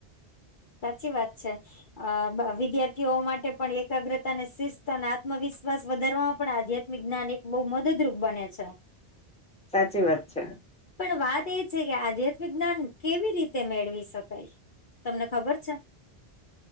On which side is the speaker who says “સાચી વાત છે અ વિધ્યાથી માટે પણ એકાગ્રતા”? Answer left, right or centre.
Left